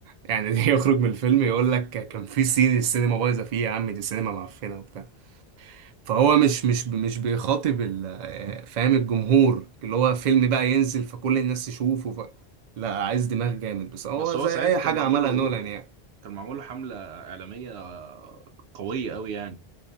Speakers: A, on the right; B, on the right.
A: يعني <laughs> يخرج من الفيلم يقول لك كان في سين السينما بايظة فيه يا عم دي السينما معفنة وبتاع فهو مش مش مش بيخاطب ال- فاهم الجمهور اللي هو فيلم بقى ينزل فكل الناس تشوفه ف... لا عايز دماغ جامد بس هو
B: بس هو
A: زي
B: ساعتها
A: اي حاجة
B: كان معمول
A: عملها
B: له
A: نولان يعني
B: كان معمول له حمله اعلاميه قويه قوي يعني